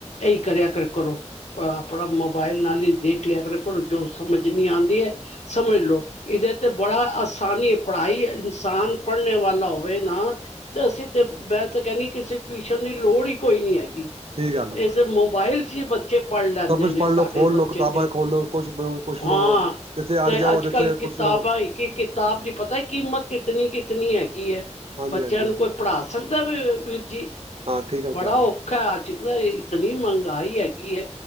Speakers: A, on the left (about 65°); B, on the right (about 55°).
A: ਏਈ ਕਰਿਆ ਕਰ ਕਰੋ। ਆਪਣਾ ਮੋਬਾਇਲ ਨਾਲ ਈ ਦੇਖ ਲਿਆ ਕਰੋ, ਤੁਆਨੂੰ ਜੋ ਸਮਝ ਨੀ ਆਂਦੀ ਐ, ਸਮਝ ਲੋ‌। ਇਦੇ ਤੇ ਬੜਾ ਆਸਾਨੀ ਪੜ੍ਹਾਈ, ਇਨਸਾਨ ਪੜਨੇ ਵਾਲਾ ਹੋਵੇ ਨਾ। ਤੇ ਅਸੀਂ ਤੇ ਮੈਂ ਤਾਂ ਕੈਣੀ ਕਿਸੇ ਟਿਊਸ਼ਨ ਦੀ ਲੋੜ ਈ ਕੋਈ ਨੀ ਹੈਗੀ।
B: ਠੀਕ ਗੱਲ ਹੈ
A: ਏਸੇ ਮੋਬਾਇਲ 'ਚ ਈ ਬੱਚੇ ਪੜ੍ਹ ਲੈਂਦੇ
B: ਸਭ ਕੁਛ
A: ਨੇ।
B: ਪੜ੍ਹ
A: ਸਾਡੇ
B: ਲੋ ਖੋਲ
A: ਬ ਬੱਚੇ
B: ਲੋ ਕਿਤਾਬਾਂ
A: ਤੇ
B: ਖੋਲ ਲੋ ਕੁਛ ਪੁੱਛ
A: ਹਾਂ,
B: ਲੋ ਜਿੱਥੇ
A: ਤੇ
B: ਅੜ ਜਾਓ
A: ਅੱਜ
B: ਜਿੱਥੇ
A: ਕੱਲ੍ਹ ਕਿਤਾਬਾਂ
B: ਪੁੱਛ ਲੋ
A: ਈ ਕੀ ਇਚ ਕਿਤਾਬ ਦੀ ਪਤਾ ਕੀਮਤ ਕਿਤਨੀ ਕਿਤਨੀ ਹੈਗੀ ਐਂ।
B: ਹਾਂਜੀ
A: ਬੱਚਿਆਂ
B: ਹਾਂਜੀ
A: ਨੂੰ
B: ਹਾਂਜੀ
A: ਕੋਈ ਪੜ੍ਹਾ ਸਭ ਦਾ ਵੀ ਵੀਰ ਜੀ,
B: ਹਾਂ ਠੀਕ ਗੱਲ
A: ਬੜਾ
B: ਕਹਿ ਰਹੇ
A: ਓ
B: ਹੋ
A: <unintelligible> ਇਤਨੀ ਮੈਗਾਈ ਹੈਗੀ ਏ